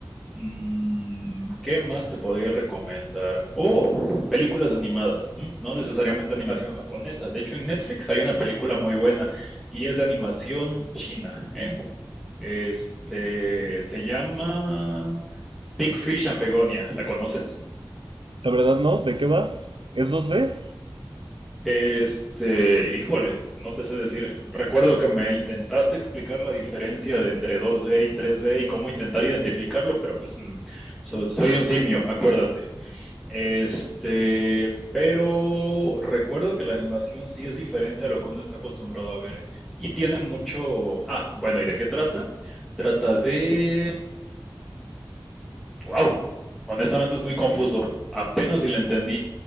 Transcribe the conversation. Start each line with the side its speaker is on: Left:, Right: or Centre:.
Centre: mm, ¿qué más te podría recomendar? Oh, películas animadas, mm, no necesariamente animación japonesa. De hecho, en Netflix hay una película muy buena y es de animación china, ¿eh? Este, se llama Big Fish and Begonia, ¿la conoces?
Right: La verdad no, ¿de qué va? es dos 2D?
Centre: Este, híjole, no te sé decir. Recuerdo que me intentaste explicar la diferencia de entre 2D y 3D y cómo intentar identificarlo, pero pues mm, so- soy un simio, acuérdate. Este, pero recuerdo que la animación sí es diferente a lo que uno está acostumbrado a ver y tiene mucho... Ah, bueno, ¿y de qué trata? Trata de... Wow, honestamente es muy confuso, apenas si le entendí,